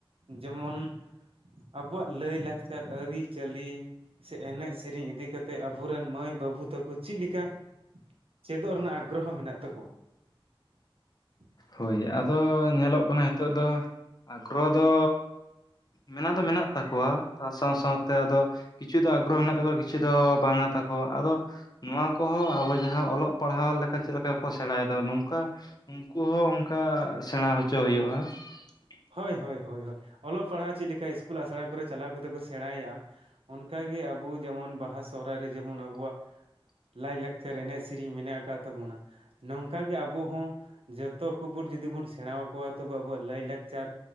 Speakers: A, on the right; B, on the left.
A: ᱡᱮᱢᱚᱱ ᱟᱵᱚᱣᱟᱜ ᱞᱟᱹᱭᱼᱞᱟᱠᱪᱟᱨ, ᱟᱹᱨᱤ-ᱪᱟᱹᱞᱤ ᱥᱮ ᱮᱱᱮᱡᱽ ᱥᱮᱨᱮᱧ ᱤᱫᱤ ᱠᱟᱛᱮᱜ ᱟᱵᱚᱨᱮᱱ ᱢᱟᱹᱭ ᱵᱟᱹᱵᱩ ᱛᱟᱠᱚ ᱪᱤᱫ ᱞᱮᱠᱟ ᱪᱮᱫᱚᱜ ᱨᱮᱱᱟᱜ ᱟᱜᱽᱜᱨᱚᱦᱚ ᱢᱮᱱᱟᱜ ᱛᱟᱠᱚᱣᱟ ᱾ <inaudible>
B: ᱦᱚᱭ ᱟᱫᱚ ᱧᱮᱞᱚᱜ ᱠᱟᱱᱟ ᱦᱤᱛᱚᱜ ᱫᱚ ᱟᱜᱽᱜᱨᱚᱦᱚ ᱫᱚ ᱢᱮᱱᱟᱜ ᱫᱚ ᱢᱮᱱᱟᱜ ᱛᱟᱠᱚᱣᱟ ᱥᱟᱶ ᱥᱟᱶ ᱛᱮ ᱟᱫᱚ ᱠᱤᱪᱷᱩ ᱫᱚ ᱟᱜᱽᱨᱚᱦᱚ ᱢᱮᱱᱟᱜ ᱛᱟᱠᱚᱣᱟ ᱠᱤᱪᱷᱩ ᱫᱚ ᱵᱟᱝᱼᱟ ᱛᱟᱠᱚᱣᱟ ᱟᱫᱚ ᱱᱚᱣᱟ ᱠᱚᱦᱚᱸ ᱟᱵᱚ ᱡᱟᱦᱟᱸ ᱚᱞᱚᱜ- ᱯᱟᱲᱦᱟᱣ ᱞᱮᱠᱟ ᱪᱮᱫ ᱞᱮᱠᱟ ᱠᱚ ᱥᱮᱬᱟᱭᱮᱫᱟ ᱱᱚᱝᱠᱟ ᱩᱸ ᱩᱱᱠᱩ ᱦᱚᱸ ᱚᱱᱠᱟ ᱥᱮᱬᱟ ᱦᱚᱪᱚ ᱦᱩᱭᱩᱜᱼᱟ ᱾
A: ᱦᱚᱭ ᱦᱚᱭ ᱦᱚᱭ ᱚᱞᱚᱜ ᱯᱟᱲᱦᱟᱜ ᱪᱤᱫ ᱞᱮᱠᱟ ᱤᱥᱠᱩᱞ ᱟᱸᱥᱲᱟ ᱠᱚᱨᱮ ᱪᱟᱞᱟᱣ ᱠᱟᱛᱮ ᱠᱚ ᱥᱮᱲᱟᱭᱟ ᱾ ᱚᱱᱠᱟ ᱜᱮ ᱟᱵᱚ ᱡᱮᱢᱚᱱ ᱵᱟᱦᱟ ᱥᱚᱨᱦᱟᱭ ᱨᱮ ᱡᱮᱢᱚᱱ ᱟᱵᱚᱣᱟᱜ ᱞᱟᱹᱭ-ᱞᱟᱠᱪᱟᱨ, ᱮᱱᱮᱡ-ᱥᱤᱨᱤᱧ ᱢᱮᱱᱟᱜ ᱟᱠᱟᱫ ᱛᱟᱵᱚᱱᱟ ᱾ ᱱᱚᱝᱠᱟ ᱜᱮ ᱟᱵᱚ ᱦᱚᱸ ᱡᱚᱛᱚ ᱠᱚ ᱵᱚᱱ ᱡᱩᱫᱤ ᱵᱚᱱ ᱥᱮᱲᱟ ᱟᱠᱚᱣᱟ ᱛᱚᱵᱮ ᱟᱵᱚᱣᱟᱜ ᱞᱟᱹᱭ-ᱞᱟᱠ ᱪᱟᱨ